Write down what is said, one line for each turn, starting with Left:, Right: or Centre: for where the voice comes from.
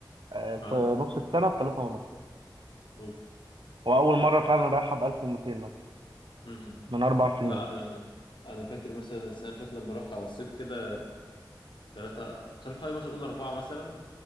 Right: آه، في
Left: ها
Right: نص السنه بثلاثة ونص
Left: أوف
Right: واول مره فعلا رايحه ب 1200 مثلا
Left: امم
Right: من اربع سنين
Left: لا أنا أنا فاكر مثلا السنة اللي فاتت لما رحت على الصيف كده تلاتة صرف حوالي مثلا أقول أربعة مثلا